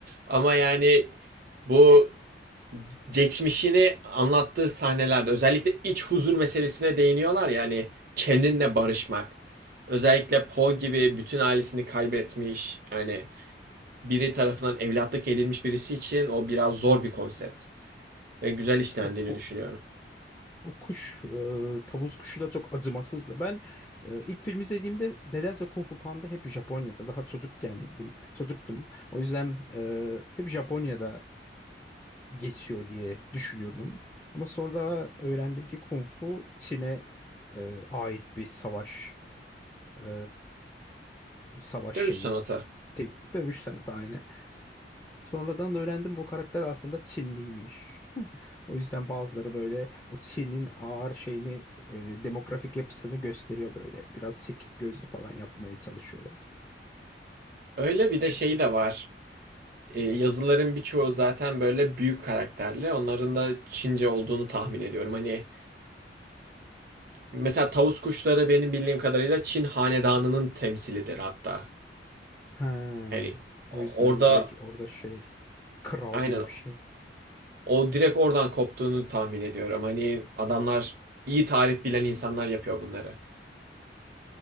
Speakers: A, on the right; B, on the left.
A: Ama yani bu geçmişini anlattığı sahnelerde özellikle iç huzur meselesine değiniyorlar ya hani kendinle barışmak. Özellikle Poe gibi bütün ailesini kaybetmiş yani biri tarafından evlatlık edilmiş birisi için o biraz zor bir konsept ve güzel işlendiğini
B: Ya, o-
A: düşünüyorum.
B: O kuş, e, tavus kuşu da çok acımasızdı. Ben e, ilk film izlediğimde nedense Kung Fu Panda hep Japonya'da. Daha çocukkendim, çocuktum. O yüzden e, hep Japonya'da geçiyor diye düşünüyordum. Ama sonra öğrendim ki Kung Fu Çin'e e, ait bir savaş, e, savaş
A: Dövüş
B: şeyi.
A: sanatı.
B: Tek dövüş sanatı aynı. Sonradan da öğrendim bu karakter aslında Çinliymiş. <laughs> O yüzden bazıları böyle o Çin'in ağır şeyini, e, demografik yapısını gösteriyor böyle. Biraz çekik gözlü falan yapmaya çalışıyorlar.
A: Öyle bir de
B: Türkçe
A: şey de var. E, yazıların birçoğu zaten böyle büyük karakterli. Onların da Çince olduğunu tahmin ediyorum. Hani Mesela tavus kuşları benim bildiğim kadarıyla Çin hanedanının temsilidir hatta.
B: Ha,
A: Hani orada
B: o yüzden direkt orada şey kral
A: aynen
B: gibi bir şey.
A: o direkt oradan koptuğunu tahmin ediyorum. Hani adamlar iyi tarih bilen insanlar yapıyor bunları.